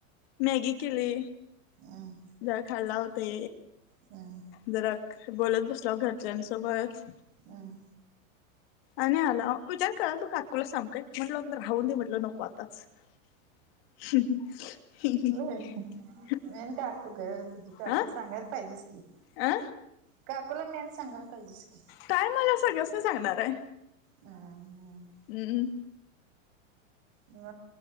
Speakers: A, on the left (about 45°); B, on the right (about 40°).
A: मॅगी केली.
B: हम
A: जाय खाल्ला होते.
B: काय?
A: जरा बोलत बसलाव घरच्यांसोबत.
B: हम्
A: आणि आलाव विचार कराल तू काकुला सांग काय. म्हटलं ना राहून दे म्हटलं, नको आताच. <inaudible>
B: होय. मेन काकू गं, तुझी काकू
A: अ
B: सांगायला पाहिजेस की.
A: अ
B: काकुला मेन सांगायला पाहिजेस की.
A: टाइम आल्यावर सगळ्यासनी सांगणार आहे.
B: हम् हम्
A: हं
B: मग